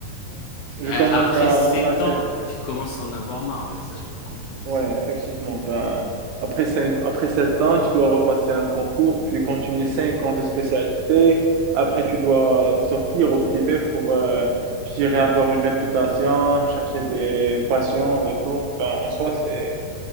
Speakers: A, on the right; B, on the left.
A: <laughs> je
B: Euh,
A: commence
B: après
A: à
B: sept
A: m'enlacer.
B: ans,
A: tu vois.
B: tu commences à en avoir marre. Ouais, ça, je peux le comprendre,
A: Ouais,
B: ça.
A: effectivement. Ben, après cinq, après sept ans, tu dois repasser un concours, puis continuer cinq ans de spécialité. Après, tu dois sortir au privé pour, euh, je dirais, avoir une réputation, chercher des patients et tout. Ben, en soi, c'est,